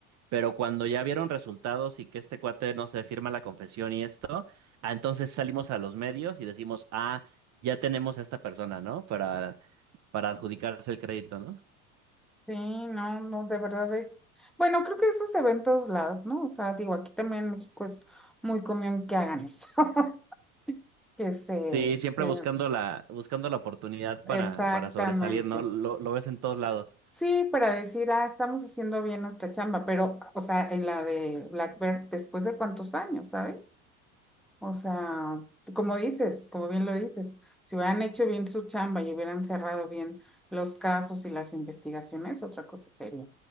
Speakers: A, on the right; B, in the centre.
A: pero cuando ya vieron resultados y que este cuate, no se firma la confesión y esto, ah, entonces salimos a los medios y decimos, ah, ya tenemos a esta persona, ¿no? Para, para adjudicarse el crédito, ¿no?
B: Sí, no, no, de verdad es. Bueno, creo que eso se ve en todos lados, ¿no? O sea, digo, aquí también en México es muy común que hagan eso. <laughs> Que se,
A: Sí, siempre
B: que,
A: buscando la, buscando la oportunidad para,
B: exactamente.
A: para sobresalir, ¿no? Lo, lo ves en todos lados.
B: Sí, para decir, ah, estamos haciendo bien nuestra chamba, pero, o sea, en la de Blackbird, después de cuántos años, ¿sabes? O sea, como dices, como bien lo dices, si hubieran hecho bien su chamba y hubieran cerrado bien los casos y las investigaciones, otra cosa seria,